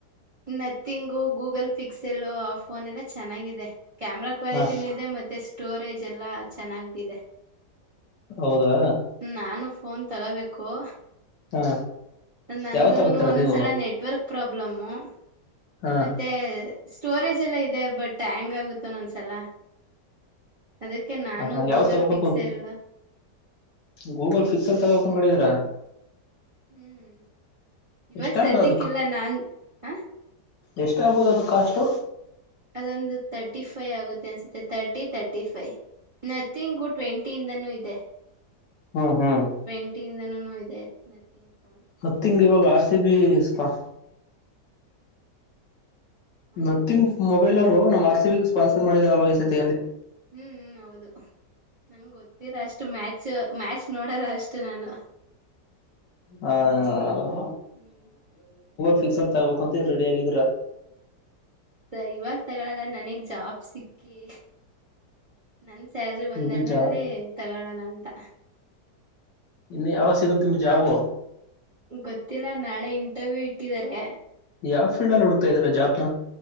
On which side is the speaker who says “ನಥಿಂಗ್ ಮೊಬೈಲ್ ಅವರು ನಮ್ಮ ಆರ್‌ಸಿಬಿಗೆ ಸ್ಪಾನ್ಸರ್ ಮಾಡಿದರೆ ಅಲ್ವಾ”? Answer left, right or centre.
Left